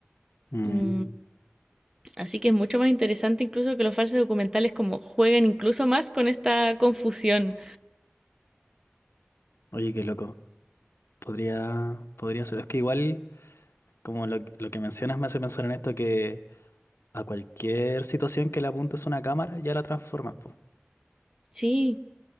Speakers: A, on the left; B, on the right.
A: mm.
B: Mm, Así que es mucho más interesante incluso que los falsos documentales como jueguen incluso más con esta confusión.
A: Oye, qué loco. Podría, podría ser. Es que igual, como lo, lo que mencionas me hace pensar en esto, que a cualquier situación que le apuntes una cámara, ya la transformas, po.
B: Sí,